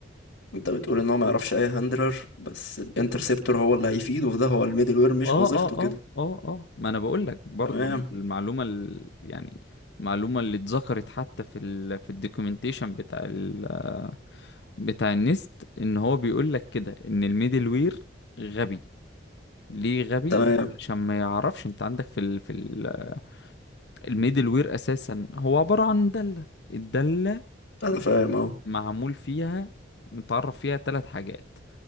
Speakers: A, on the left; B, on the left.
A: أنت بتقول إن هو ما يعرفش أي هاندلر بس الانترسبتور هو اللي هيفيده في ده هو الميدل وير مش
B: اه
A: وظيفته
B: اه
A: كده
B: اه اه اه ما انا بقول لك برضو
A: تمام
B: المعلومه ال... يعني المعلومه اللي اتذكرت حتى في ال... في الدوكيومنتيشن بتاع ال... بتاع النست ان هو بيقول لك كده ان الميدل وير غبي ليه غبي
A: تمام
B: علشان ما يعرفش انت عندك في ال... في ال... الميدل وير اساسا هو عباره عن داله الداله
A: أنا فاهم أهو
B: معمول فيها متعرف فيها ثلاث حاجات